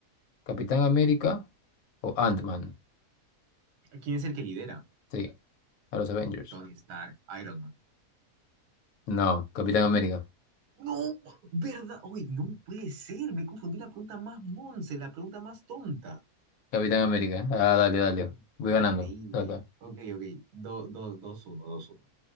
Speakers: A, on the left (about 65°); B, on the right (about 75°).
A: Capitán América o Ant-Man?
B: <laughs> ¿Quién es el que lidera?
A: Sí, a los Avengers.
B: Tony Stark, Iron Man.
A: No, Capitán América.
B: No, ¿verdad? Uy, no puede ser. Me confundí la pregunta más monse, la pregunta más tonta.
A: Capitán América. Ah, dale, dale.
B: Increíble.
A: Voy ganando. Acá.
B: Ok, ok. Do- do- dos uno dos uno